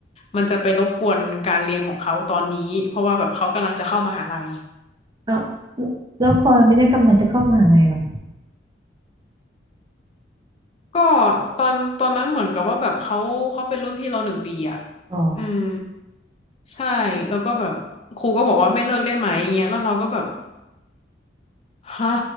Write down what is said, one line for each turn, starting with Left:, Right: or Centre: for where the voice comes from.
Left: มันจะไปรบกวนการเรียนของเขาตอนนี้เพราะว่าแบบเขากำลังจะเข้ามหาลัย
Right: แล้วแล้วพลอยไม่ได้กำลังจะเข้ามหาลัยหรอ
Left: ก็ตอนตอนนั้นเหมือนกับว่าแบบเขาเขาเป็นรุ่นพี่เราหนึ่งปีอ่ะ
Right: อ๋อ
Left: อืมใช่แล้วก็แบบครูก็บอกว่าไม่เลิกได้ไหมอย่างเงี้ยแล้วเราก็แบบฮะ